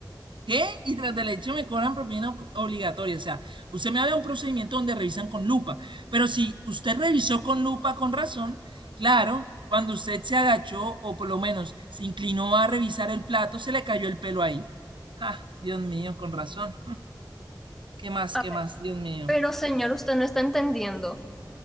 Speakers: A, on the right; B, in the centre.
A: ¿Qué? Y tras del hecho me cobran propina ob- obligatoria. O sea, usted me habla de un procedimiento donde revisan con lupa, pero si usted revisó con lupa con razón, claro, cuando usted se agachó o por lo menos se inclinó a revisar el plato, se le cayó el pelo ahí. Ah, Dios mío, con razón. ¿Qué más?
B: A
A: ¿Qué
B: ver,
A: más? Dios mío.
B: pero señor, usted no está entendiendo